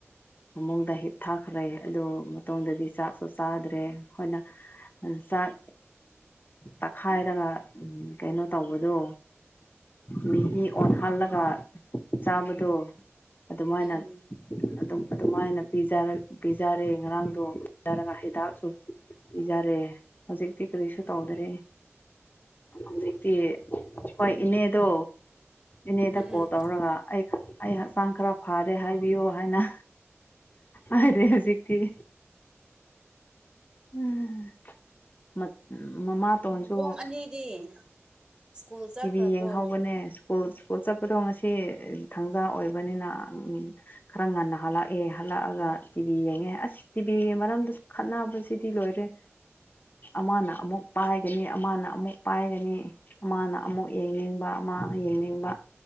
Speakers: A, on the left (about 40°); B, on the right (about 20°).
A: ꯐꯃꯨꯡꯗ ꯍꯤꯠꯊꯈ꯭ꯔꯦ ꯑꯗꯨ ꯃꯇꯨꯡꯗꯗꯤ ꯆꯥꯛꯁꯨ ꯆꯥꯗ꯭ꯔꯦ ꯑꯩꯈꯣꯏꯅ ꯆꯥꯛ ꯇꯛꯈꯥꯏꯔꯒ ꯀꯩꯅꯣ ꯇꯧꯕꯗꯣ ꯃꯦꯒꯤ ꯑꯣꯟꯍꯜꯂꯒ ꯆꯥꯕꯗꯣ ꯑꯗꯨꯃꯥꯏꯅ
B: ꯎꯝ
A: ꯑꯗꯨꯝ ꯑꯗꯨꯃꯥꯏꯅ ꯄꯤꯖꯔ ꯄꯤꯖꯔꯦ ꯉꯔꯥꯡꯗꯣ ꯄꯤꯖꯔꯒ ꯍꯤꯗꯥꯛꯁꯨ ꯄꯤꯖꯔꯦ ꯍꯧꯖꯤꯛꯇꯤ ꯀꯔꯤꯁꯨ ꯇꯧꯗ꯭ꯔꯦ ꯍꯧꯖꯤꯛꯇꯤ ꯍꯣꯏ ꯏꯅꯦꯗꯣ ꯏꯅꯦꯗ
B: ꯎꯝ
A: ꯀꯣꯜ ꯇꯧꯔꯒ ꯑꯩ ꯑꯩ ꯍꯛꯆꯥꯡ ꯈꯔ ꯐꯔꯦ ꯍꯥꯏꯕꯤꯌꯨ ꯍꯥꯏꯅ ꯍꯥꯢꯔꯦ ꯍꯧꯖꯤꯛꯗꯤ ꯎꯝ ꯃꯠ ꯃꯃꯥ ꯇꯣꯟꯁꯨ
B: ꯅꯕꯨꯡ ꯑꯅꯤꯗꯤ ꯁ꯭ꯀꯨꯜ ꯆꯠꯈ꯭ꯔꯕꯣ
A: ꯇꯤꯚꯤ ꯌꯦꯡꯍꯧꯕꯅꯦ ꯁ꯭ꯀꯨꯜ ꯁꯀꯨꯜ ꯆꯠ ꯈꯨꯗꯣꯡ ꯑꯁꯤ ꯊꯥꯡꯖꯥ ꯑꯣꯏꯕꯅꯤꯅ ꯈꯔ ꯉꯟꯅ ꯍꯜꯂꯛꯑꯦ ꯍꯜꯂꯛꯑꯒ ꯇꯤꯚꯤ ꯌꯦꯡꯉꯦ ꯑꯁ ꯇꯤꯚꯤꯒꯤ ꯃꯔꯝꯗ ꯈꯠꯅꯕꯁꯤꯗꯤ ꯂꯣꯏꯔꯦ ꯑꯃꯅ ꯑꯃꯨꯛ ꯄꯥꯏꯒꯅꯤ ꯑꯃꯅ ꯑꯃꯨꯛ ꯄꯥꯏꯒꯅꯤ ꯑꯃꯅ ꯑꯃꯨꯛ ꯌꯦꯡꯅꯤꯡꯕ ꯑꯃ ꯌꯦꯡꯅꯤꯡꯕ